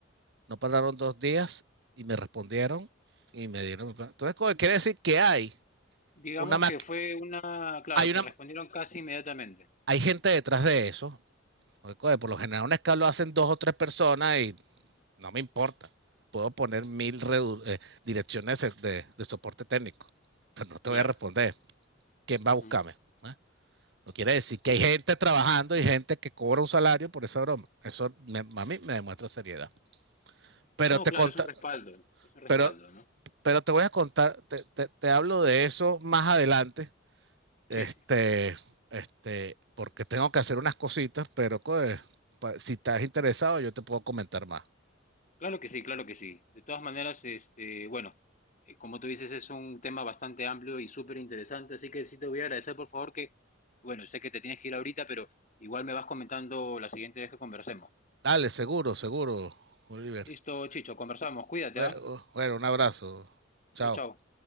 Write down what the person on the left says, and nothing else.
Digamos
que fue una, claro,
te
respondieron casi inmediatamente.
Claro,
ujú,
es correcto.
No,
claro,
es un respaldo, es un respaldo,
¿no?
Sí,
sí,
claro que sí, claro que sí. De todas maneras, este, bueno, eh, como tú dices, es un tema bastante amplio y súper interesante, así que sí te voy a agradecer, por favor, que, bueno, sé que te tienes que ir ahorita, pero igual me vas comentando la siguiente vez que conversemos.
Listo, Chicho, conversamos, cuídate,
¿ah?
Chau, chau.